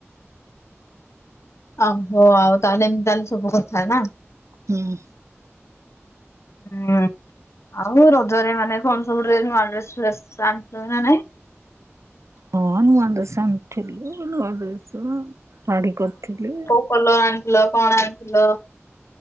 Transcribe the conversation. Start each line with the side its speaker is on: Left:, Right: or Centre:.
Left: ଓହୋ ଆଉ ତାହେଲେ ଏମିତି ଚାଲିଚି ସବୁ କଥା ନା।
Right: ହୁଁ।
Left: ହୁଁ। ଆଉ ରଜରେ ମାନେ କଣ ସବୁ ଡ୍ରେସ୍ ନୂଆ ଡ୍ରେସ୍ ଫ୍ରେସ୍ ଆଣିଚ ନା ନାଇଁ?
Right: ହଁ ନୂଆ ଡ୍ରେସ୍ ଆଣିଥିଲୁ ନୂଆଡ୍ରେସ ଶାଢୀ କରିଥିଲି
Left: କଲର୍ ଆଣିଥିଲ କଣ ଆଣିଥିଲ?